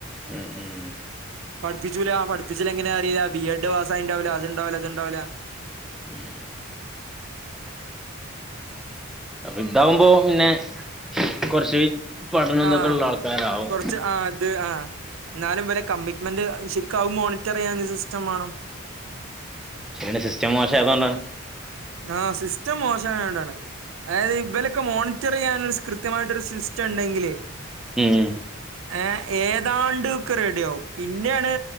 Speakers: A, in the centre; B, on the right.
A: ഉം ഉം
B: പഠിപ്പിച്ചൂല പഠപ്പിച്ചല് എങ്ങനെ അറീല്ല ബി എഡ് പാസായിണ്ടാവൂല അത്ണ്ടാവുല ഇത്ണ്ടാവുല
A: ഉം ഇതാവുമ്പൊ പിന്നെ കൊർച്ച് പഠനം ഇതൊക്കള്ള
B: ആഹ്
A: ആൾക്കാരാവും
B: കൊറച്ച് ആഹ് അത് ആഹ് ഇന്നാലും ഇവല കമ്മിറ്റ്മെന്റ് ശരിക്കും അവും മോണിറ്ററിയ്യാന് സിസ്റ്റം വാണം
A: ഇതിന്റെ സിസ്റ്റം മാശേതാണ്
B: ആഹ് സിസ്റ്റം മോശയോണ്ടാണ് അതായത് ഇവല്ക്ക്‌ മോണിറ്റർ ചെയ്യാൻ കൃത്യമായിട്ടൊരു സിസ്റ്റം ഇണ്ടെങ്കിലെ
A: ഏഹ്
B: ഏഹ് ഏതാണ്ട് ഒക്കെ റെഡി ആവും പിന്നേ അണ്